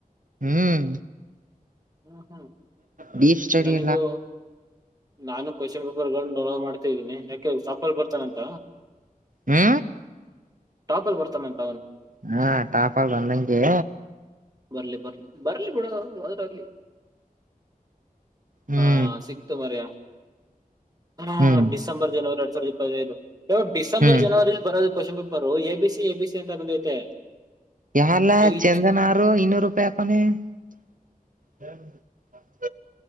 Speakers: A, on the right; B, on the right.
A: ಹ್ಮ್
B: ಹ್ಮ್ ಹ್ಮ್
A: ಡೀಫ್ ಸ್ಟಡಿಲ್ಲಾ
B: ನನಗೂ ನಾನು ಕ್ವಶನ್ ಪೇಪರ್ ಡೌಂಲೋಡ್ ಮಾಡ್ತ ಇದಿನಿ ಯಾಕೆ ಸಪಲ್ ಬರ್ತಾನಂತ
A: ಹ್ಮ
B: ಟಾಪಲ್ಲ್ ಬರ್ತ <unintelligible>
A: ಹಾ ಟಾಫಾಲ್ ಬಂದಂಗೆ
B: ಬರ್ಲಿ ಬರ್ಲಿ ಬರ್ಲಿ ಬಿಡೊ ಹೊದ್ರೆ ಹೊಗ್ಲಿ
A: ಹ್ಮ್
B: ಹಾ ಸಿಕ್ತು ಮರಯ <unintelligible>
A: ಹ್ಮ್
B: ಡಿಸೆಂಬರ್ ಜನವರಿ <unintelligible> ಡಿಸೆಂಬರ್
A: ಹ್ಮ್
B: ಜನವರಿಲ್ಲಿ ಬರೋದು question paper A B C A B C ಅಂತ ಬಂದೈತೆ
A: ಯಾರ್ಲಾ
B: ಈ
A: ಚಂದನಾ
B: ಜ್-
A: ಆರು ಇನ್ನೂರೂಪಾಯಿ ಹಾಕವ್ನೆ <unintelligible>